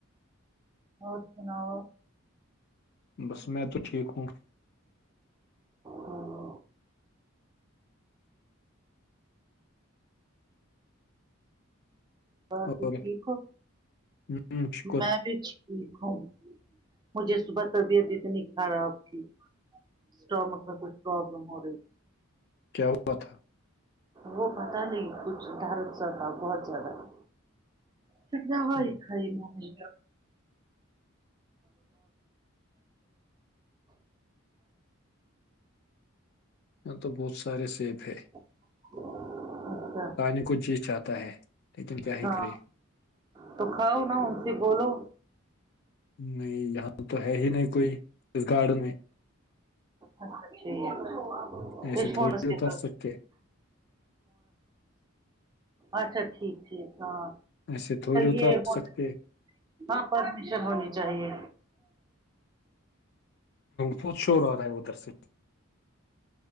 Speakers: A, on the right; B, on the left.
A: اور سناؤ آپ
B: بس میں تو ٹھیک ہوں
A: ہمم بس
B: اور
A: ٹھیک ہو
B: ہوں شکر
A: میں بھی ٹھیک ہوں مجھے صبح طبیعت اتنی خراب آپ کی اسٹامک میں کچھ پروابلم ہو رہی
B: کیا ہوا تھا
A: وہ پتا نہیں کچھ ڈرت سا تھا بہت زیادہ تھا پھر دوائی
B: ہوں،
A: کھائی میں نے
B: یہ تو بہت سارے سیب ہے
A: <inaudible>
B: کھانے کو جی چاہتا ہے لیکن کیا ہی
A: ہاں
B: کرے
A: تو کھاؤ نا ان سے بولو
B: نہیں یہاں تو ہے ہی نہیں کوئی اس گارڈن میں
A: اچھا ٹھیک
B: ایسے
A: اس
B: تھوڑی
A: فونس
B: اتر
A: کے ساتھ
B: سکتے
A: اچھا ٹھیک ٹھیک ہاں
B: ایسے تھوڑی اتر
A: یہ
B: سکتے
A: ہونا ہاں پرمیشن ہونی چاہیے
B: بہت شور آ رہا ہے ادھر سے